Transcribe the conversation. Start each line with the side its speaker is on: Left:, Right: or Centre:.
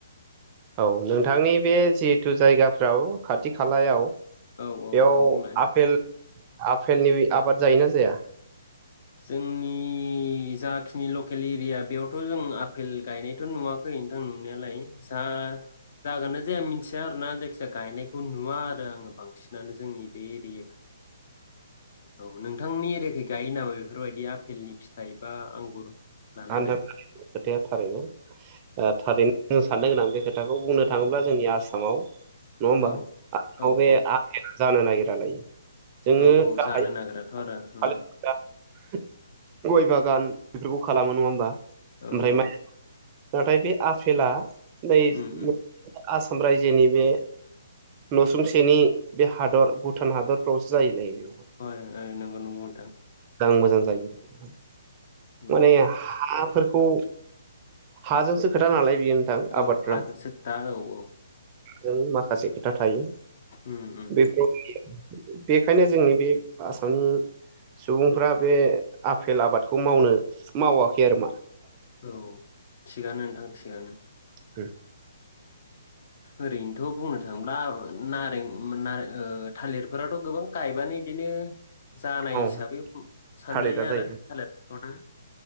Right: औ नों नोंथांनि बे जिहेथु जायगा फ्राव खाथि खालायाव बेयाव
Left: औ औ नोंथां बुंलाय
Right: आफपेल आफेलनि आबाद जायोना जाया?
Left: जोंनि जाखिनि लकेल एरिया बेयावथ' जों आपेल गायनायथ' नुवाखै नोंथां नुनायालाय । जा जागो जाया मिथिया आरोना जायखिजाया गायनायखौ नुवा आरो आङो बांसिनानो जोंनि बे एरियाखौ । औ नोंथांनि एरियाखै गायो नामा? बेफोरबायदि आफेलनि फिथाइ बा आंगुर लानानै
Right: आ खोथाया थारै । थारैनो साननो गोनां बे खोथाखौ बुंनो थाङोब्ला जोंनि आसामाव नङा ओमबा?
Left: औ औ औ
Right: जानो नागिरा लायो । जोङो
Left: औ औ
Right: गाहाय
Left: जानो नागिराथ'
Right: <unintelligible>
Left: आरो उम
Right: गय बागान । बेफोरखौ खालामो नङा होमबा?
Left: औ
Right: ओमफ्राय
Left: औ
Right: मा? नाथाय बे आफेला नै
Left: उम
Right: <unintelligible>
Left: उम
Right: आसाम रायजोनि बे नसुंसेनि बे हादर भुटान हादरफ्रावसो जाहैलायबाय।
Left: ओ ओइ नंगौ नंगौ नोंथां।
Right: मोजां मोजां जायो।
Left: उम
Right: माने हाफोर खौ हाजोंसो खोथा नालाय। बियो नोंथां
Left: औ
Right: आबादफ्रा
Left: हाजोंसो खोथा औ औ।
Right: जों मा खासे खोथा थायो
Left: उम उम
Right: बेफोर
Left: उम
Right: बेखायनो जोंनि बे आसामनि सुबुंफ्रा बे आफेल आबादखौ मावनो मावाखै आरो मा‌
Left: औ थिगानो नोंथां थिगानो।
Right: उम
Left: ओरैनोथ' बुंनो थाङोब्ला नारें नारें ओ थालिरफोराथ' गोबां गायबानो इदिनो जानाय
Right: औ
Left: हिसाबै सानजायो
Right: थालिरा
Left: आरो
Right: जायो
Left: थालिराखौनो